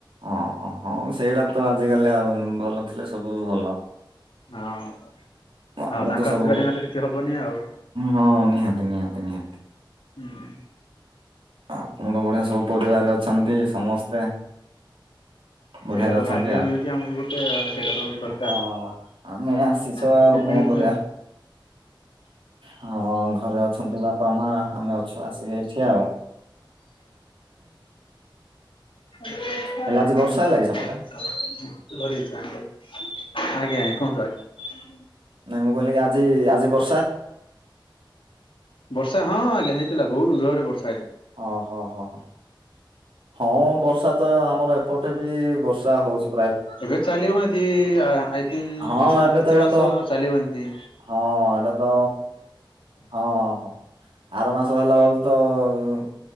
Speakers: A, on the right; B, on the left.
A: ଓ ହଁ ହଁ ସେଇଟା ତ ଆଜିିକାଲି ଆଉ ଭଲ ଥିଲେ ସବୁ ଭଲ।
B: ହଁ
A: ଆପଣ
B: ଆଉ ତାଙ୍କ
A: ତ ସବୁ
B: ଆଶୀର୍ବାଦ
A: ବ
B: ବିନା ତ କିଛି ହବନି ଆଉ।
A: ହଁ ନିହାତି ନିହାତି ନିହା
B: ହୁଁ।
A: ଆପଣତ ବଢିଆ ସବୁ ପରିବାରରେ ଅଛନ୍ତି ସମସ୍ତେ। ବଢିଆରେ
B: ସେଇଟା ତ
A: ଅଛନ୍ତି
B: ଭାଗ୍ୟ
A: ଆ
B: ମିଳୁଛି ଆମକୁ ଗୋଟେ ସେଇଟା ତ ଦରକାର।
A: ହଁ ଆମେ ଆସିଛୁ
B: ଟିକେ
A: ଆଉ କଣ
B: ମିଳୁଛି
A: କରିବା, ହଁ ଘରେ ଅଛନ୍ତି ବାପା ମା ଆମେ ଅଛୁ ଆସିକି ଏଇଠି ଆଉ।
B: ଥରେ ହି
A: ହେଲେ ଆଜି ବର୍ଷା ହେଲା
B: ଚାହା
A: କି ସେପଟେ
B: ପିଅ ଆଜ୍ଞା ଆଜ୍ଞା କୁହନ୍ତୁ ଆଜ୍ଞା।
A: ମୁଁ କହିଲିକି ଆଜି ଆଜିିବ
B: ବର୍ଷା ହଁ ଆଜ୍ଞା ହେଇଥିଲା ବହୁତ ଜୋରେ ବର୍ଷ୍
A: ଓ ହୋ ହୋ ହ। ହଁ ବର୍ଷା ତ ଆମର ଏପଟେ ବି ବର୍ଷା ହୋଉଛି।
B: ଏବେ ଚାଲିବ ଏତି ଆ-ଆଇ ଥିଙ୍କ୍
A: ହଁ
B: କିଛି
A: ଏବେ
B: ମା କିଛି
A: ତ ଏଇଟା
B: ମାସ
A: ତ
B: ଚାଲିବ ଏନ୍ତି।
A: ହଁ ଏଇଟା ତ ହଁ ଆର ମାସ ହେଲା ବେଲୁ ତ ଉଁ